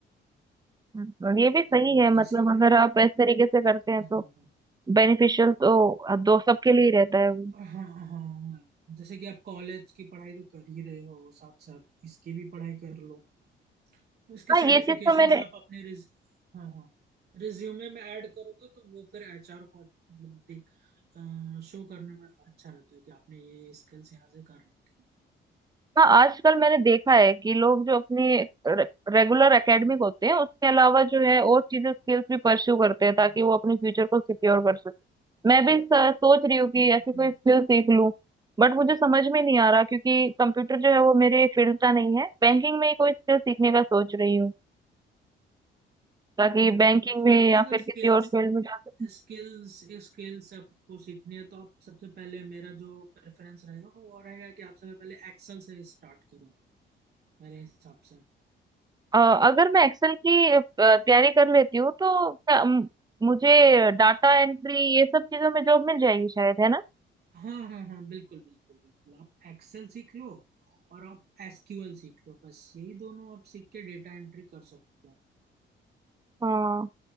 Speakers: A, on the right (about 20°); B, on the right (about 55°).
A: हम्म, और ये भी सही
B: तो
A: है
B: ये
A: मतलब
B: सीन है
A: अगर आप
B: आप
A: इस तरीके से करते हैं
B: हाँ
A: तो
B: हाँ
A: बेनिफिशियल तो दो सबके लिए ही रहता है वो
B: हाँ हाँ हाँ हाँ। जैसे कि आप कॉलेज की पढ़ाई तो कर ही रहे हो साथ साथ इसकी भी पढ़ाई कर लो तो उसके
A: हाँ
B: सर्टिफिकेशंस
A: ये चीज तो मैंने
B: आप अपने रिज हाँ हाँ रिज्यूमे में ऐड करोगे तो वो फिर एचआर को मतलब देख शो करने में अच्छा रहता है कि आपने ये स्किल्स यहाँ से कर रखी हैं।
A: हाँ आजकल मैंने देखा है कि लोग जो अपने रेगुलर एकेडमिक होते हैं उसके अलावा जो है और चीजें स्किल्स भी परस्यू करते हैं ताकि वो अपने फ्यूचर को सिक्योर कर सके मैं भी स- सोच रही हूँ कि
B: हम्म
A: ऐसी
B: हम्म
A: कोई स्किल सीख लूँ बट मुझे समझ में नहीं आ रहा क्योंकि कंप्यूटर जो है वो मेरे फील्ड का नहीं है बैंकिंग में ही कोई स्किल सीखने का सोच रही हूँ ताकि
B: हम्म,
A: बैंकिंग
B: तो
A: में
B: आपको
A: या
B: अगर
A: फिर
B: स्किल्स
A: किसी और फील्ड में जा सकूँ
B: स्किल्स स्किल्स आपको सीखनी है तो आप सबसे पहले मेरा जो प्रेफरेंस रहेगा वो रहेगा कि आप सबसे पहले एक्सेल से स्टार्ट करो मेरे हिसाब से
A: अ, अगर मैं एक्सेल की अ, तैयारी कर लेती हूँ तो क्या, अम, मुझे डाटा एंट्री ये सब चीजों में जॉब मिल जाएगी शायद है ना
B: हाँ हाँ हाँ बिल्कुल बिल्कुल बिल्कुल आप एक्सेल सीख लो और आप एसक्यूएल सीख लो बस यही दोनों आप सीख के डेटा एंट्री कर सकते हो
A: हाँ